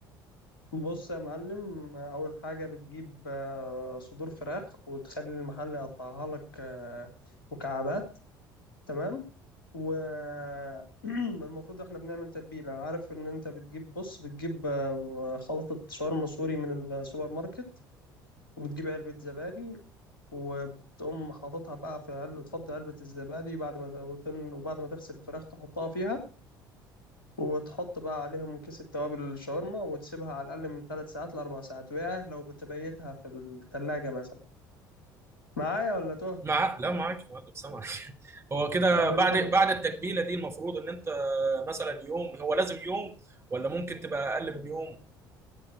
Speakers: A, on the left; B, on the right.
A: بص يا معلم أول حاجة بتجيب آه، صدور فراخ وتخلي المحل يقطعها لك آه، مكعبات تمام والمفروض <clears throat> احنا بنعمل تتبيلة عارف ان انت بتجيب بص بتجيب آه، خلطة شاورما سوري من السوبر ماركت وبتجيب علبة زبادي وبتقوم حاططها بقى في علبة تفضي علبة الزبادي بعد ما وتن- وبعد ما تغسل الفراخ تحطها فيها وتحط بقى عليهم كيس التوابل الشاورما وتسيبها على الأقل من ثلاث ساعات لأربع ساعات وياه لو بتبيتها في التلاجة مثلا معايا ولا تهت
B: مع لا معاك يا معلم سامعك <laughs> هو كده
A: طب
B: بعد
A: انت ب...
B: بعد التتبيله دي المفروض ان انت مثلا يوم هو لازم يوم ولا ممكن تبقى اقل من يوم